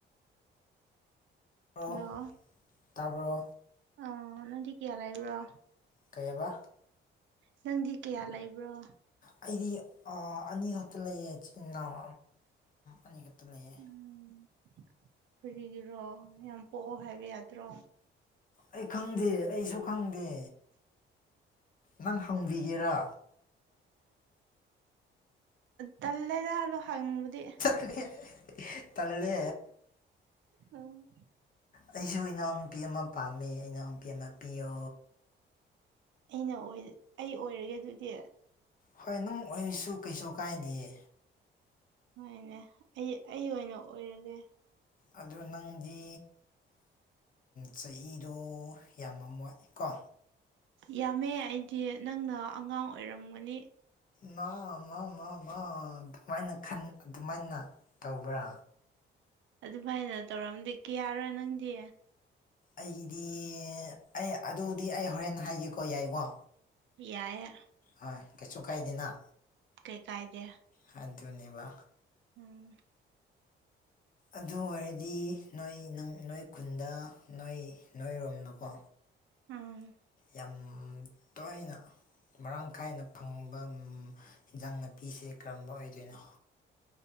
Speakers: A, on the left; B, on the right.
A: ꯑꯣ
B: ꯍꯜꯂꯣ
A: ꯇꯥꯕ꯭ꯔꯣ
B: ꯑ ꯅꯗꯤ ꯀꯌꯥ ꯂꯩꯕ꯭ꯔꯣ
A: ꯀꯩꯕ
B: ꯅꯪꯗꯤ ꯀꯌꯥ ꯂꯩꯕ꯭ꯔꯣ
A: ꯑꯩꯗꯤ ꯑꯅꯤ ꯈꯛꯇ ꯂꯩꯑ ꯏꯆꯤꯤꯟꯜ ꯏꯅꯥꯎ ꯑꯅꯤꯈꯛꯇ ꯂꯩꯑ
B: ꯎꯝ ꯐꯔꯤꯒꯤꯔꯣ ꯌꯥꯝ ꯄꯣꯛꯑꯣ ꯍꯥꯏꯕ ꯌꯥꯗ꯭ꯔꯣ
A: ꯑꯩ ꯈꯪꯗꯦ ꯑꯩꯁꯨ ꯈꯪꯗꯦ ꯅꯪ ꯍꯪꯕꯤꯒꯦꯔꯥ
B: ꯇꯜꯂꯦꯔ ꯑꯗꯣ ꯍꯪꯕꯗꯤ
A: ꯇꯂꯅ
B: ꯎꯝ
A: ꯑꯩꯁꯨ ꯏꯅꯥꯎ ꯅꯨꯄꯤ ꯑꯃ ꯄꯥꯝꯃꯦ ꯏꯅꯥꯎ ꯅꯨꯨꯄꯤ ꯑꯃ ꯄꯤꯌꯣ
B: ꯑꯩꯅ ꯑꯩ ꯑꯣꯏꯔꯒꯦ ꯑꯗꯨꯗꯤ
A: ꯍꯣꯏ ꯅꯨꯡ ꯑꯣꯏꯔꯤꯁꯨ ꯀꯩꯁꯨ ꯀꯥꯏꯗꯌꯦ
B: ꯍꯣꯏꯅꯦ ꯑꯩ ꯑꯩ ꯑꯣꯏꯅ ꯑꯣꯏꯔꯒꯦ
A: ꯑꯗꯣ ꯅꯪꯗꯤ ꯆꯍꯤꯗꯣ ꯌꯥꯝꯃ ꯋꯥꯏ ꯀꯣ
B: ꯌꯥꯝꯃꯦ ꯑꯩꯗꯤ ꯅꯪꯅ ꯑꯉꯥꯡ ꯑꯣꯏꯔꯝꯒꯅꯤ
A: ꯃꯥ ꯃꯥ ꯃꯥ ꯃꯥ ꯑꯗꯨꯃꯥꯏꯅꯟ ꯑꯗꯨꯃꯥꯏꯅ ꯇꯧꯕ꯭ꯔꯥ
B: ꯑꯗꯨꯃꯥꯏꯅ ꯇꯧꯔꯝꯗꯤ ꯀꯌꯥꯔꯣꯏ ꯅꯪꯗꯤ
A: ꯑꯩꯒꯤꯗꯤ ꯑꯩ ꯑꯗꯨꯗꯤ ꯑꯩ ꯍꯣꯔꯦꯟ ꯍꯥꯏꯒꯦꯀꯣ ꯌꯥꯏꯀꯣ
B: ꯌꯥꯏ
A: ꯍꯣꯏ ꯀꯩꯁꯨ ꯀꯥꯏꯗꯅ
B: ꯀꯩ ꯀꯥꯏꯗꯦ
A: ꯍꯥꯏ ꯅꯦꯕ
B: ꯎꯝ
A: ꯑꯗꯨ ꯑꯣꯏꯔꯗꯤ ꯅꯣꯏ ꯅꯪ ꯅꯣꯏ ꯈꯨꯟꯗ ꯅꯣꯏ ꯅꯣꯏꯔꯣꯝꯅꯀꯣ
B: ꯎꯝ
A: ꯌꯥꯝ ꯇꯣꯏꯅ ꯃꯔꯥꯡ ꯀꯥꯏꯅ ꯐꯪꯕ ꯏꯟꯖꯥꯡ ꯅꯥꯄꯤꯁꯦ ꯀꯔꯝꯕ ꯑꯣꯏꯗꯣꯏꯅꯣ